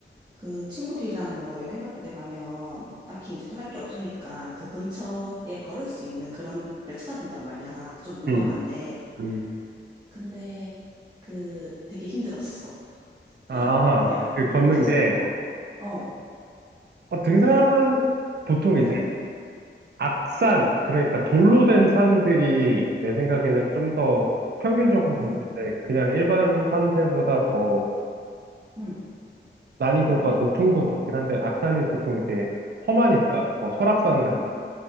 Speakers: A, on the right (about 20°); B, on the right (about 55°).
A: 그 친구들이랑 뭐 여행 같은 데 가면 딱히 이제 또 할 게 없으니까 그 근처에 걸을 수 있는 그런 데를 찾아본단 말이야. 좀 유명한데.
B: 음, 음.
A: 근데 그 되게 힘들었어.
B: 아,
A: <laughs> 그냥
B: 그 걷는
A: 전체적으로.
B: 게
A: 어. 어.
B: 어, 등산
A: 이게
B: 보통 이제
A: 음, 음,
B: 악산 그러니까 돌로 된 산들이 내 생각에는 좀 더 평균적으로 봤을
A: 음,
B: 때 그냥 일반 산들보다 더
A: 음,
B: 난이도가 높은 것 같긴 한데 악산이 보통 이제 험하니까 뭐 설악산 같은
A: 음,